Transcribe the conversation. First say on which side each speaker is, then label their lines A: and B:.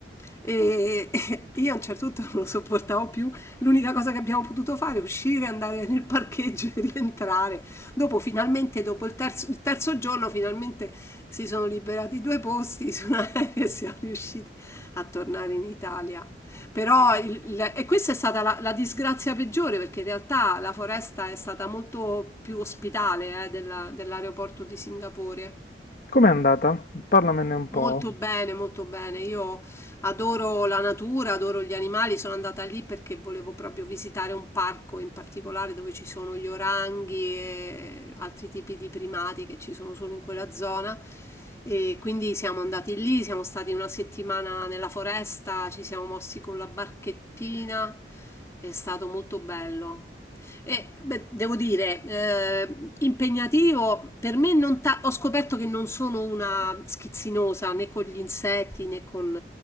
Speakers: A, on the left; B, on the left.
A: E e io a un certo punto non lo sopportavo più. L'unica cosa che abbiamo potuto fare è uscire, andare nel parcheggio e rientrare. Dopo, finalmente, dopo il terzo, il terzo giorno, finalmente si sono liberati due posti su un aereo e siamo riusciti a tornare in Italia. Però il- il- e questa è stata la, la disgrazia peggiore perché in realtà la foresta è stata molto più ospitale eh, della- dell'aeroporto di Singapore.
B: com'è andata? Parlamene un
A: Molto
B: po'.
A: bene, molto bene. Io adoro la natura, adoro gli animali. Sono andata lì perché volevo proprio visitare un parco in particolare dove ci sono gli oranghi e altri tipi di primati che ci sono solo in quella zona. E quindi siamo andati lì, siamo stati una settimana nella foresta, ci siamo mossi con la barchettina. È stato molto bello. E, beh, devo dire, eh, impegnativo, per me non ta- ho scoperto che non sono una schizzinosa né con gli insetti né con